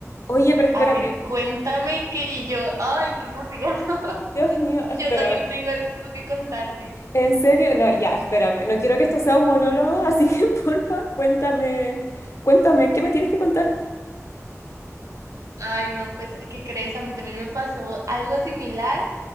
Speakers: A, on the left; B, on the right.
A: oye, pero espérame,
B: A ver, cuéntame que yo, ay, qué emoción. <laughs>
A: Dios mío, espérame.
B: Yo también tengo algo que contarte.
A: ¿En serio? No, ya, espérame. No quiero que esto sea un monólogo, así que <laughs> porfa, cuéntame, cuéntame, ¿qué me tienes que contar?
B: Ay, no, pues, ¿qué crees? A mí también me pasó algo similar.